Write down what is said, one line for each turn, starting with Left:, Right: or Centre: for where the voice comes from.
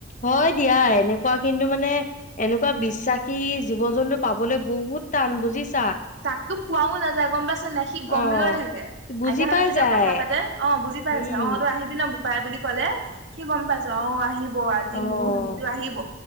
Left: হয় দিয়া এনেকুৱা কিন্তু মানে এনেকুৱা
Right: উম
Left: বিশ্বাসী জীৱ জন্তু পাবলৈ বহুত টান বুজিচা।
Right: তকটো কোৱাও নাযায় গম পাইছা নাই সি গম
Left: অ'।
Right: লয় থাকে।
Left: বুজি
Right: আইতাহঁতে
Left: পাই
Right: যেতিয়া
Left: যায়,
Right: কথা পাতে অ', বুজি পাই
Left: উম,
Right: যায়। অ', তই আহিবি ন বোপাই বুলি ক'লে সি গম পাইছে অ', আহিব আজি
Left: অ'।
Right: মোৰ সেইটো আহিব।